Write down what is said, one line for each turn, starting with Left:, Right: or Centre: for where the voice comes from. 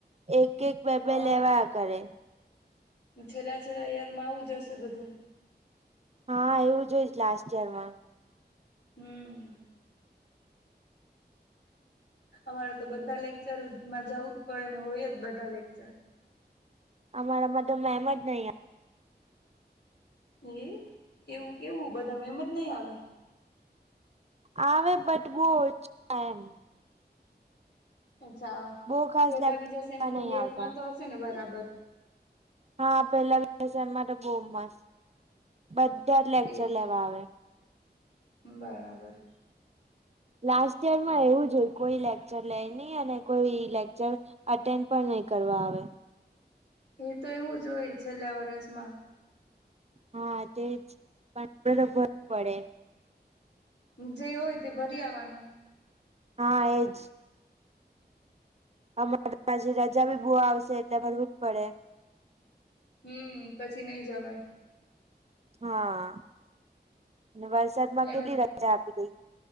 Right: એક એક બે બે
Left: હા
Right: લેવાયા કરે
Left: છેલ્લા છેલ્લા યારમાં આવું જ હશે બધું
Right: હા એવું જ એવું જ લાસ્ટ યર માં
Left: હમ અમારે તો બધા લેક્ચરમાં જવું જ પડે ને હોય જ બધા લેકચર
Right: અમારામાં તો મેમ જ નહીં આ
Left: એ એવું કેવું બધા એમ જ નહી આવે
Right: આવે બટ બો ઓછા એમ
Left: અચ્છા
Right: બહુ ખાસ
Left: પેલા
Right: લેક્ચર
Left: બીજા સેમાં
Right: નહી
Left: યરમાં
Right: આવતા
Left: તો હશે ને બરાબર
Right: હા પેલા સેમ મા તો બો મસ્ત બધા જ લેક્ચર
Left: એજ
Right: લેવા આવે
Left: બરાબર
Right: લાસ્ટ યર માં એવું જો હોય કોઈ લેક્ચર લે નઈ અને કોઈ લેક્ચર અટેન્ડ પણ નહી કરવા આવે
Left: એ તો એવું જ હોય છેલ્લા વરષમાં
Right: હા તે પણ <unintelligible> પડે
Left: જે હોય તે ભરી આવાનું
Right: હા એજ અમારે પાછી રજા બી બો આવશે એટલે ભરવું જ પડે
Left: હમ પછી નઈ જવાય
Right: હા અને વરસાદમાં
Left: ને એમ
Right: કેટલી
Left: જ
Right: રજા આપી દેય